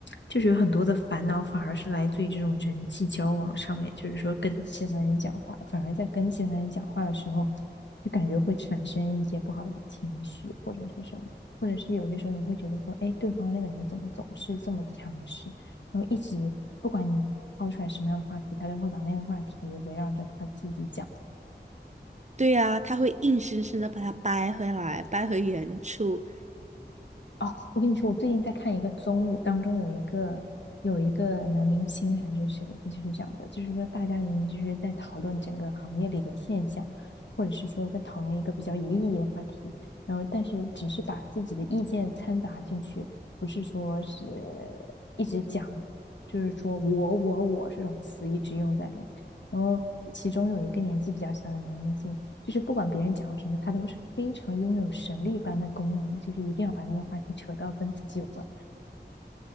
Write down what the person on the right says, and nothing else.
对呀，他会硬生生的把它掰回来，掰回原处。